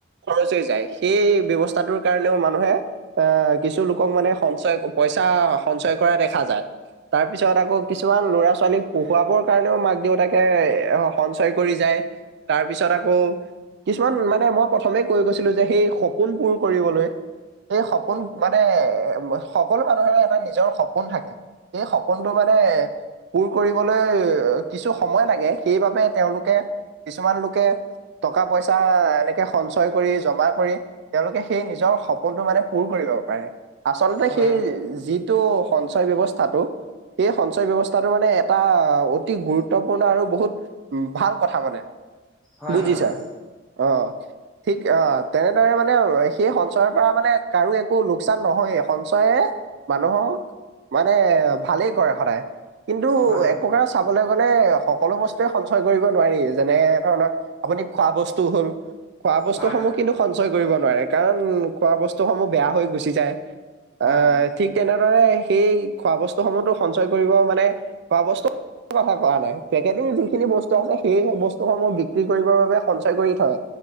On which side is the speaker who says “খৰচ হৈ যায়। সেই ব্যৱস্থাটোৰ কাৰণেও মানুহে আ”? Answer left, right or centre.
Right